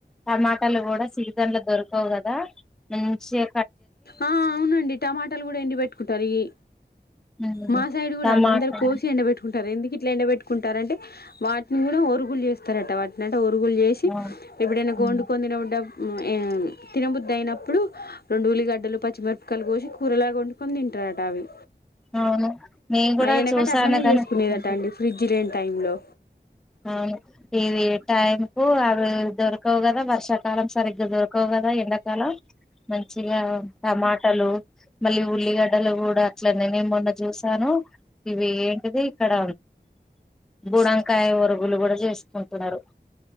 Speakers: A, in the centre; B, on the left.
A: టమాటాలు కూడా సీజన్ లో దొరకవు కదా మంచిగ
B: ఆ అవునండి టమాటాలు కూడా ఎండీ పెెట్టుకుంటారు ఇ
A: ఉమ్,
B: మా సైడ్ కూడా
A: టమాటా
B: అందరు కోసి ఎండ పెెట్టుకుంటారు ఎందుకి ట్ల ఎండబెట్టుకుంటారు అంటే వాటిని కూడా ఒరుగులు చేస్ స్తారట వాటినట ఒరుగులు చేసి
A: ఆ,
B: ఎప్పుడైనా వండుకొనితినబు
A: ఉమ్,
B: దప్ తినబుద్ధయినప్పుడు రెండుల్లి గలు పచ్చిమిరపికయలు కోసి కూరలాగా వండుకొని తింటారట అవి
A: అవును నేను కూడా
B: ఆ ఎనకట్ట
A: చూసాను
B: అట్లనే
A: కానీ
B: చేసుకునేదట
A: ఎప్పుడు తినలేదు.
B: అండి ఫ్రిడ్జ్ లేని టైం లో
A: అవును ఇవి టైం కు అవి దొరకవు కదా వర్షాకాలం సరిగ్గా దొర కవు గదా ఎండకాల మంచిగా టమాటాలు మళ్ళీ ఉల్లిగ డ్డలు కూడా అట్ల నే నెం మొన్న చూసాను ఇవి ఏంటిది ఇక్కడ బూడంకాయ ఒ రుగులు కూడా చేసుకుంటున్నారు